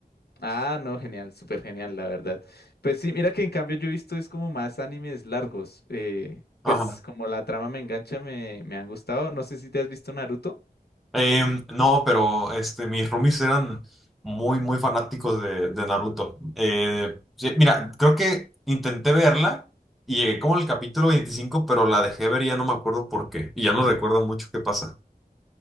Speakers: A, on the left; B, in the centre.
A: Ah, no, genial, súper genial, la verdad. Pues sí, mira que en cambio yo he visto es como más animes largos. eh,
B: Ajá.
A: pues como la trama me engancha, me, me han gustado. No sé si te has visto Naruto.
B: Em, no, pero este, mis roomies eran muy, muy fanáticos de, de Naruto. Eh, sí, mira, creo que intenté verla y llegué como al capítulo 25, pero la dejé ver y ya no me acuerdo por qué. Y ya no recuerdo mucho qué pasa.